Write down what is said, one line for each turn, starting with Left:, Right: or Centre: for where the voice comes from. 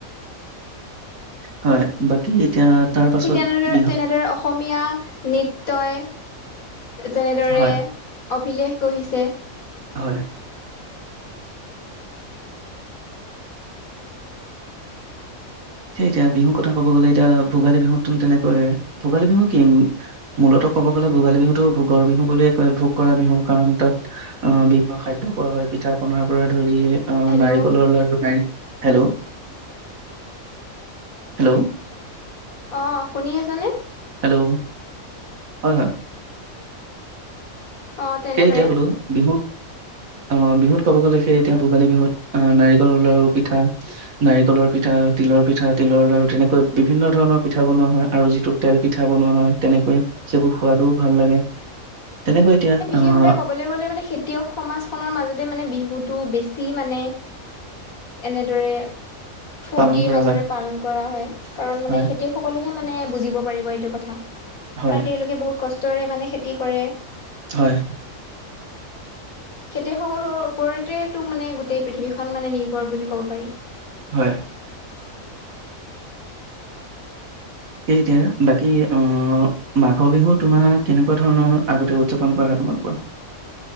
Right: হয় বাকী। এতিয়া তাৰ পাছত
Left: ঠিক তেনেদৰে
Right: বিহু
Left: তেনেদৰে অসমীয়া। নৃত্যই যেনেদৰে
Right: হয়
Left: অভিলেখ গঢ়িছে।
Right: হয়। সেই এতিয়া বিহুৰ কথা কব গ'লে এতিয়া ভোগালী বিহুতো তেনেকৈ ভোগালী বিহু কি মূলত ক'ব গ'লে ভোগালী বিহুতো ভোগৰ বিহু বুলিয়ে কয় ভোগ কৰা বিহু কাৰণ তাত আ বিভিন্ন খাদ্য খোৱা হয় পিঠা পনাৰ পা ধৰি আ
Left: হেল্ল'
Right: নাৰিকলৰ লাডু নাৰী হেল্ল'। হেল্ল'।
Left: অ' শুনি আছা নে।
Right: হেল্ল' হয়- হয়।
Left: অঁ তেনেদৰে
Right: সেয়ে এতিয়া বোলো বিহুত অ' বিহুত ক'ব গ'লে সেই এতিয়া ভোগালী বিহুত আ নাৰিকলৰ লাৰু পিঠা নাৰিকলৰ পিঠা তিলৰ পিঠা তিলৰ লাৰু তেনেকৈ বিভিন্ন ধৰণৰ পিঠা বনোৱা হয় আৰু যিটো তেল পিঠা বনোৱা হয় তেনেকৈ সেইবোৰ সোৱাদু ভাল লাগে তেনেকৈ এতিয়া আহ
Left: সেইবাবে ক'বলৈ গ'লে মানে খেতিয়ক সমাজখনৰ মাজতে মানে বিহুটো বে চি মানে এনেদৰে ফূৰ্তিৰ
Right: পালন কৰা
Left: মাজৰে
Right: হয়
Left: পালন কৰা হয়, কাৰণ মানে
Right: হয়
Left: খেতিয়ক সকলে মানে বুজিব পাৰিব এইটো কথা
Right: হয়
Left: কাৰণ তেওঁলোকে বহুত কষ্টৰে মানে খেতি কৰে।
Right: হয়।
Left: খেতিয়সকলৰ ওপৰতেতো মানে গোটেই পৃথিৱীখন মানে নিৰ্ভৰ বুলি ক'ব পাৰি।
Right: হয়। সেই এতিয়া বাকী অ মাঘ বিহু তোমাৰ কেনেকুৱা ধৰণৰ আগতে উদযাপন কৰা হ <unintelligible>